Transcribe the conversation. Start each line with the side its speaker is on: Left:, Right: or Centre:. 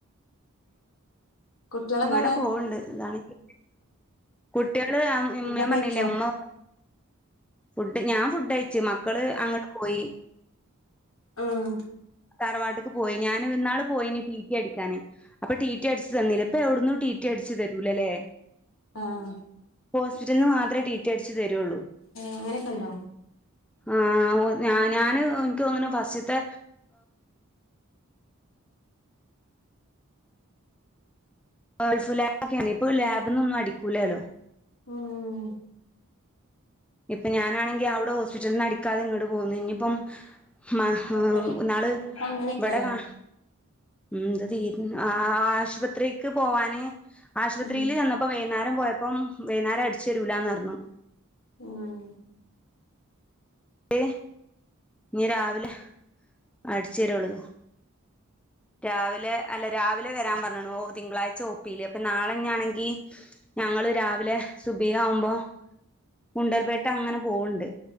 Left: കുട്ടികളൊക്കെ
Centre: അങ്ങനെ
Left: എവിടെ
Centre: പോവണ്ട് ഇതാണെങ്കി കുട്ടികള് ഞാൻ
Left: ഫുഡൊക്കെ
Centre: പറഞ്ഞില്ലേ
Left: കഴിച്ചോ
Centre: ഉമ്മ ഫുഡ് ഞാൻ ഫുഡ് കഴിച്ചു മക്കള് അങ്ങോട്ട് പോയി
Left: ആഹ്
Centre: തറവാട്ട്ക്ക് പോയി ഞാന് ഇന്നാള് പോയിനി റ്റിറ്റി അടിക്കാന് അപ്പൊ റ്റിറ്റി അടിച്ചു തന്നില്ല ഇപ്പൊ എവിടുന്നും റ്റിറ്റി അടിച്ച് തരൂല്ലല്ലേ
Left: ആഹ്
Centre: ഹോസ്പിറ്റലീന്ന് മാത്രേ റ്റി -- റ്റിറ്റി അടിച്ചു തരുള്ളൂ
Left: അങ്ങനെയൊക്കെ ഉണ്ടോ
Centre: ആഹ് ഓ ഞാന് എനിക്ക് തോന്നുന്നു ഫസ്റ്റത്തെ ഗേൾഫ് ലാബ് ഒക്കെയെ ഇപ്പൾ ലാബ്ന്നൊന്നും അടിക്കൂല്ലല്ലോ
Left: ഓഹ് ഓഹ്
Centre: ഇപ്പൊ ഞാനാണെങ്കി അവിടെ ഹോസ്പിറ്റലീന്നു അടിക്കാതെ ഇങ്ങോട്ട് പോന്നു ഇനിയിപ്പം മഹ്
Left: അതെ
Centre: ഇന്നാള്
Left: അപ്പ അങ്ങനെയൊക്കെല്ലേ
Centre: ഇവിടെ കാ ഉം ഇത് തീരു ആഹ് ആശുപത്രിക്ക് പോവാന് ആശുപത്രിയില്
Left: ഉം
Centre: ചെന്നപ് ഇപ്പൊ വൈകുന്നേരം പോയപ്പം വൈകുന്നേരം അടിച്ചു തരൂലാന്ന് പറഞ്ഞു
Left: ഉം
Centre: ദെ ഇനി രാവിലെ അടിച്ച് തരുള്ളൂ രാവിലെ അല്ല രാവിലെ വരാൻ പറഞ്ഞണു ഓ തിങ്കളാഴ്ച ഓപിയില് അപ്പൊ നാളെ തന്നെയാണെങ്കിൽ ഞങ്ങള് രാവിലെ സുബിയ ആകുമ്പോ ഗുണ്ടൽപേട്ട് അങ്ങനെ പോവണ്ട്